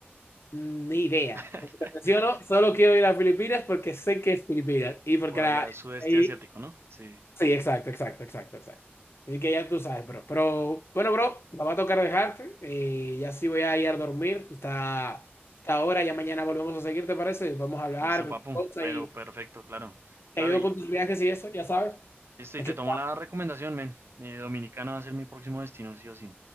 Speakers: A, on the left; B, on the right.
A: Ni idea.
B: <laughs>
A: Como te menciono, solo quiero ir a Filipinas porque sé que es Filipinas. Y porque
B: por
A: la...
B: allá sudeste
A: y-
B: asiático, ¿no? Sí.
A: Sí, exacto, exacto, exacto, exacto. Así que ya tú sabes, bro. Pero bueno, bro, me va a tocar dejarte. Eh, ya sí voy a ir a dormir. Tú está está ahora, ya mañana volvemos a seguir, ¿te parece? Vamos a hablar,
B: Listo,
A: cualquier
B: papu,
A: cosa
B: pero
A: y
B: perfecto, claro. Claro,
A: te ayudo
B: y
A: con tus viajes y eso, ya sabes.
B: listo,
A: Aquí
B: y te
A: está.
B: tomo la recomendación, men. Eh, Dominicana va a ser mi próximo destino, sí o sí.